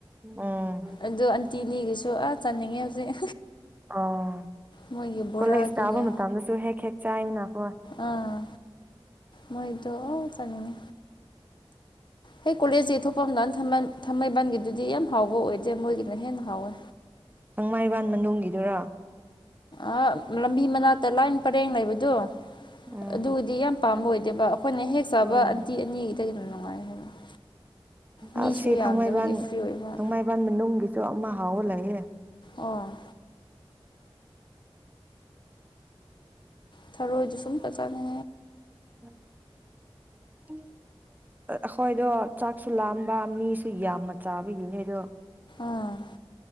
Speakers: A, on the right; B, on the left.
A: ꯎꯝ
B: ꯑꯗꯨ ꯑꯟꯇꯤꯅꯤꯒꯤꯁꯨ ꯑꯁ ꯆꯟꯅꯤꯡꯉꯦ ꯍꯧꯖꯤꯛ
A: ꯑꯣ
B: ꯃꯣꯏꯒꯤ ꯕꯣꯔꯥ
A: ꯀꯣꯂꯦꯖ
B: ꯑꯗꯨꯒ
A: ꯀꯥꯕ ꯃꯇꯝꯗꯁꯨ ꯍꯦꯛ ꯍꯦꯛ ꯆꯥꯏꯅꯀꯣ
B: ꯑꯥ ꯃꯣꯏꯗ ꯆꯉꯅꯦ ꯑꯩ ꯀꯣꯂꯦꯖꯀꯤ ꯊꯣꯛꯄꯝꯗꯅ ꯊꯥꯡꯃꯩꯕꯟꯒꯤꯗꯨꯗꯤ ꯌꯥꯝ ꯍꯥꯎꯕ ꯑꯣꯏꯗ꯭ꯔꯦ ꯃꯣꯏꯒꯤꯅ ꯍꯦꯟꯅ ꯍꯥꯎꯋꯦ
A: ꯊꯥꯡꯡꯃꯩꯕꯥꯟ ꯃꯅꯨꯡꯒꯤꯗꯨꯔ
B: ꯑꯥ ꯂꯝꯕꯤ ꯃꯅꯥꯛꯇ ꯂꯥꯏꯅ ꯄꯔꯦꯡ ꯂꯩꯕꯗꯣ
A: ꯎꯝ
B: ꯑꯗꯨꯕꯨꯗꯤ ꯌꯥꯝ ꯄꯥꯝꯕ ꯑꯣꯏꯗꯦꯕ ꯑꯩꯈꯣꯏꯅ ꯍꯦꯛ ꯆꯥꯕ
A: ꯑꯣ
B: ꯑꯟꯇꯤ ꯑꯅꯤꯒꯤꯗ ꯑꯗꯨꯝ ꯅꯨꯡꯉꯥꯏ ꯍꯥꯏꯕ <unintelligible> <inaudible> ꯃꯤꯁꯨ
A: ꯑꯁꯤ ꯑꯁꯤ
B: ꯌꯥꯝꯗꯕꯒꯤ
A: ꯊꯥꯡꯃꯩꯕꯥꯟ
B: ꯐ꯭ꯔꯤ ꯑꯣꯏꯕ
A: ꯊꯥꯡꯃꯩꯕꯟ ꯃꯅꯨꯡꯒꯤꯁꯨ ꯑꯃ ꯍꯥꯎꯋ ꯂꯩꯌꯦꯦ
B: ꯑꯣ ꯊꯔꯣꯖ ꯁꯨꯝ ꯀ ꯆꯅꯦ
A: ꯎꯝ ꯎ ꯑꯩꯈꯣꯏꯗꯣ ꯆꯥꯛꯁꯨ ꯂꯥꯝꯕ ꯃꯤꯁꯨ ꯌꯥꯝꯅ ꯆꯥꯕꯒꯤꯅꯦ ꯑꯗꯣ
B: ꯎꯝ